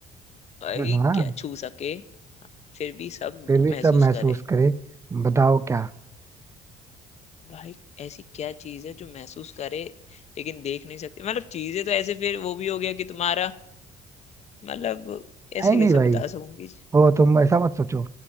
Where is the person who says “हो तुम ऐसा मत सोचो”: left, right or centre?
Right